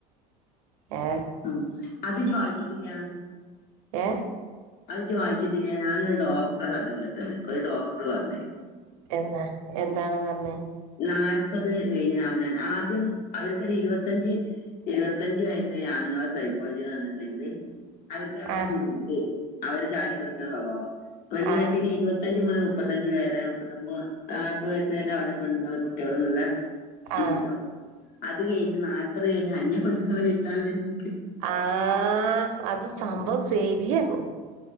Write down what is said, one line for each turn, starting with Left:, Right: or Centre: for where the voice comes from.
Right: ഏ
Left: ഉം അത് ജ്ജ് വായിച്ചിറ്റില്ല
Right: ഏഹ്
Left: അത് ഇജ്ജ് വായിച്ചിറ്റില്ല ഞാനൊരു ഡോക്ടറെ കഥ കേട്ടത് ഒരു ഡോക്ടർ പറഞ്
Right: എന്ന് എന്താ എന്താണ് പറഞ്ഞഞ്
Left: നാല്പത് കഴിഞ്ഞ അവനാൻ ആദ്യം അവർക്കൊരു ഇരുപത്തഞ്ച് ഇരുപത്തഞ്ച് വയസ്സായ ആണ് <unintelligible> സൈക്കോളജി എന്ന് പറഞ്ഞിട്ടുണ്ടെങ്കിൽ അവർക്ക് അവരെ
Right: ആ
Left: കുടും <unintelligible> അവര് ചാടി കളിക്കണ സ്വഭാവം പെണ്ണെട്ടിന്
Right: ആ
Left: ഇരുപത് മുപ്ത്തഞ്ച് മുൽ മുപ്പത്തഞ്ചു വേരെ മുപ്പത്തൊമ്പത് നാല്പ്പത്യസ് വരെ അവരെ പെണ്ങ്ങൾ കുട്ടികള്ന്ന്ള്ള
Right: ആ
Left: !!!!!!!!!!!!!!!!!!
Right: ആഹ്... അത് സംബം സെരിയാണ്